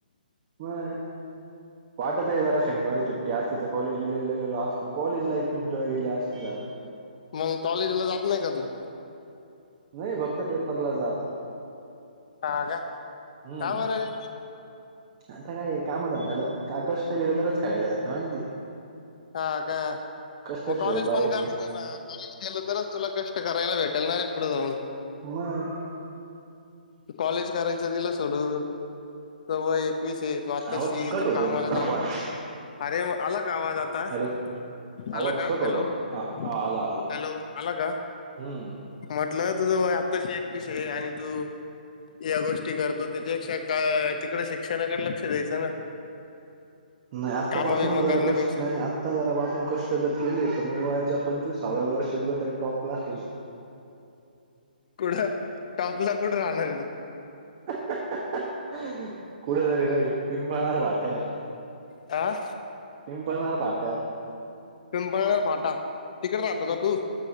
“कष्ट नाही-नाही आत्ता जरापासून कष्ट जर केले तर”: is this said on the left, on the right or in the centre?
Right